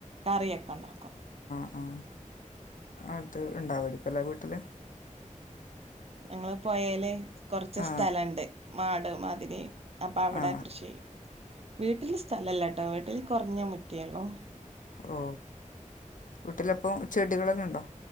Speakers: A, on the right; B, on the left.
A: കറിയൊക്കെ ഇണ്ടാക്കോ
B: ആ അത് ഇണ്ടാവപ്പല്ലെ വീട്ടില്
A: ഞങ്ങള്ൾ പൊഴയില് കൊറച്ച്
B: ആ
A: സ്ഥലംഉ ണ്ട് മാട് മതിരിയും അപ്പൊ അവിടെ
B: ആ
A: കൃഷി ചെയ്യും വീട്ടില് സ്ഥലല്ലട്ടോ വീട്ടില് കുറഞ്ഞ മുറ്റ മേ ഇള്ളൂ.
B: ഓ വീട്ടിലപ്പം ചെടികളെല്ലാം ഇണ്ടോ